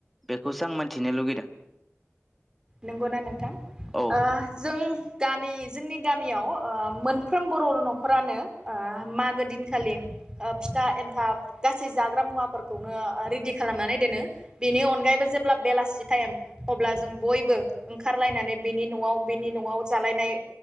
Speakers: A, in the centre; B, on the right (about 15°).
A: बेखौसो आं मिथिनो लुगैदों।
B: नंगौना नोंथां
A: औ
B: ओं जों गामि जोंनि गामियाव ओ मोनफ्रोम बर' न'खरानो ओ मागो दिनखालि फिथा एन्थाब गासै जाग्रा मुवाफोरखौनो रेडि खालामनानै दोनो बेनि अनगायैबो जेब्ला बेलासि टाइम अब्ला जों बयबो ओंखारलायनानै बेनि न'आव बेनि न'आव जालायनाय